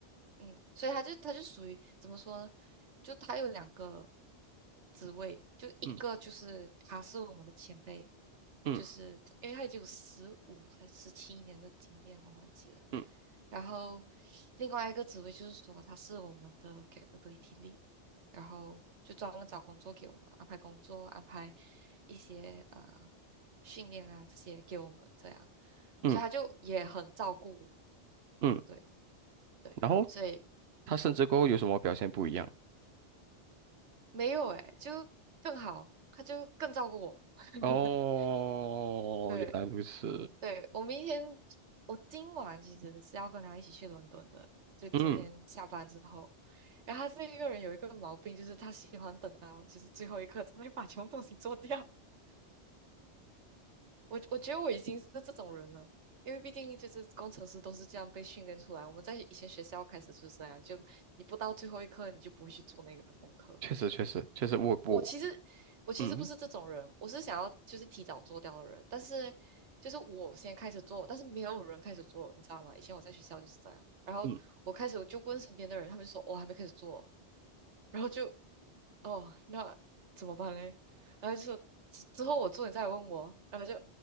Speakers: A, on the right; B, on the right.
A: 嗯，所以他就他就属于怎么说呢？就他有两个职位，就一个就是他是我们的前辈，
B: 嗯嗯
A: 就是因为他已经有十五才十七年的经验，我忘记了。
B: 嗯
A: 然后另外一个职位就是说他是我们的 capability lead，然后就专门找工作给我们安排工作，安排一些呃训练啊这些给我们这样，
B: 嗯
A: 所以他就也很照顾我，
B: 嗯，
A: 对对，
B: 然后
A: 所以。
B: 他甚至过后有什么表现不一样？
A: 嗯。没有哎，就更好，他就更照顾我。<laughs>
B: 哦，
A: 对
B: 原来如此，
A: 对，我明天我今晚其实是要跟他一起去伦敦的，就今天下班之后。
B: 嗯
A: 然后他这一个人有一个毛病，就是他喜欢等到就是最后一刻才会把全部东西做掉。我我觉得我已经是这种人了，因为毕竟就是工程师都是这样被训练出来。我们在以前学校开始就是这样，就你不到最后一刻，你就不会去做那个功课。
B: 确实确实确实，我我
A: 我其实我其实不是这种人，
B: 嗯
A: 我是想要就是提早做掉的人，但是就是我先开始做，但是没有人开始做，你知道吗？以前我在学校就是这样，然后我开始我就问身边的人，
B: 嗯
A: 他们就说我、哦还没开始做，然后就哦那怎么办嘞？然后就说之之后我做你再来问我，然后就